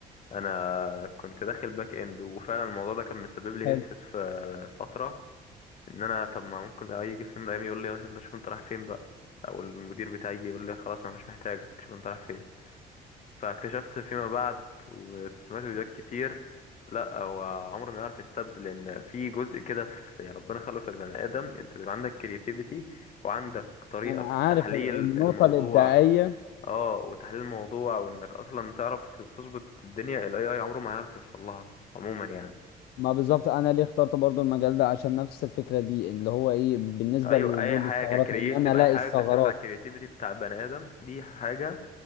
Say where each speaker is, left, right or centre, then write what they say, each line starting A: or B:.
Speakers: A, on the left; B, on the left.
A: انا كنت داخل باك اند وفعلا الموضوع ده كان مسبب لي
B: حلو
A: هسهس في فتره ان انا طب ما ممكن يجي في يوم من الايام يقول لي يا شيخ شوف انت رايح فين بقى او المدير بتاعي يجي يقول لي خلاص انا مش محتاجك شوف انت رايح فين فاكتشفت فيما بعد وسمعت فيديوهات كتير لا هو عمره ما يعرف يستبدل لان في جزء كده في يعني ربنا خلقه في البني ادم انت بيبقى عندك كرياتيفيتي وعندك طريقه
B: انا
A: في
B: عارف
A: تحليل
B: النقطة
A: الموضوع
B: الابداعية
A: اه وتحليل الموضوع وانك اصلا تعرف ت- تظبط الدنيا الاي اي عمره ما هيعرف يوصل لها عموما يعني
B: ما بالظبط انا ليه اخترت برضو المجال ده عشان نفس الفكرة دي اللي هو ايه بالنسبة
A: ايوه
B: لوجود
A: اي حاجه
B: الثغرات
A: كرياتيف
B: ان انا الاقي
A: اي حاجه
B: الثغرات
A: بتعتمد على الكرياتيفيتي بتاع البني ادم دي حاجه